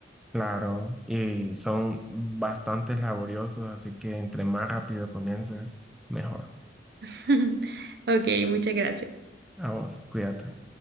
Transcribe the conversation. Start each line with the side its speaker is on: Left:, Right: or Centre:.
Centre: Claro, y son bastante laboriosos, así que entre más rápido comiences, mejor.
Right: <laughs> Ok, muchas gracias.
Centre: A vos, cuídate.